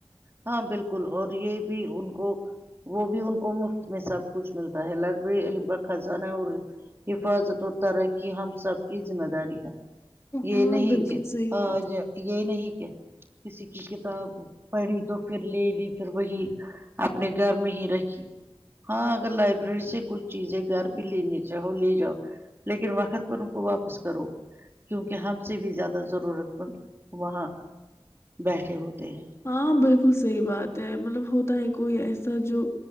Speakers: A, on the right; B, on the left.
A: ہاں بالکل اور یہ بھی ان کو وہ بھی ان کو مفت میں سب کچھ ملتا ہے لائبریری علم کا خزانہ اور حفاظت اور ترحی ہم سب کی ذمہ داری ہے یہ
B: ہاں
A: نہیں
B: بالکل
A: کہ
B: صحیح بات
A: آج یہ نہیں کہ کسی کی کتاب پڑھی تو پھر لے لی پھر وہی اپنے گھر میں ہی رکھی ہاں اگر لائبریری سے کچھ چیزیں گھر بھی لینی چاہو لے جاؤ لیکن وقت پر ان کو واپس کرو کیونکہ ہم سے بھی زیادہ ضرورت مند وہاں بیٹھے ہوتے ہیں
B: ہاں بالکل بالکل صحیح بات ہے مطلب ہوتا ہے کوئی ایسا جو